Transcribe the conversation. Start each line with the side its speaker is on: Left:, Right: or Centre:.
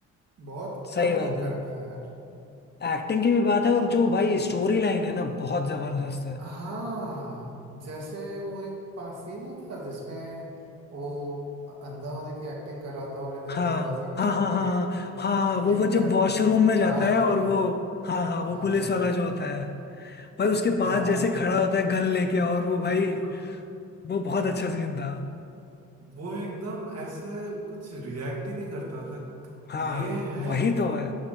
Right: बहुत
Left: सही
Right: कम
Left: बात
Right: लोग
Left: है
Right: करते हैं यार
Left: एक्टिंग की भी बात है और जो भाई स्टोरी लाइन है ना बहुत जबरदस्त है
Right: हाँ जैसे वो एक पास सीन ही था जिसमें वो अंधा होने की एक्टिंग कर रहा था और इधर
Left: हाँ
Right: दरवाजा खोल
Left: हाँ हाँ हाँ
Right: के अ,
Left: हाँ हाँ,
Right: देखता
Left: वो वो जब
Right: है
Left: वॉशरूम
Right: कि
Left: में
Right: लाश
Left: जाता है
Right: पड़ी
Left: और
Right: है
Left: वो हाँ हाँ वो
Right: हाँ
Left: पुलिस
Right: हाँ
Left: वाला जो होता है भाई उसके पास
Right: हाँ
Left: जैसे खड़ा होता है गन लेके और वो भाई
Right: <laughs>
Left: वो बहुत अच्छा सीन था
Right: वो एकदम ऐसे कुछ रिएक्ट ही नहीं करता लाइक
Left: हाँ
Right: ये है
Left: वही तो है